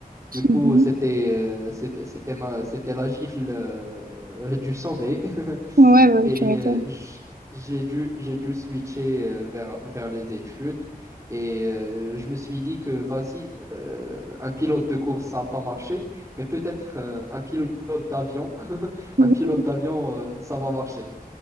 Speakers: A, on the right; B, on the right.
A: Du coup,
B: Mhm.
A: c'était euh, c'était c'était ma- c'était la gifle euh, <laughs> du sommeil. <laughs>
B: Ouais, bah
A: Et
B: oui, tu m'étonnes.
A: euh, j- j'ai dû, j'ai dû switcher euh, vers, vers les études. Et euh, je me suis dit que, vas-y, euh, un pilote de course, ça n'a pas marché, mais peut-être euh, un pilote d'avion, <laughs>
B: Oui,
A: un pilote
B: oui.
A: d'avion, euh, ça va marcher.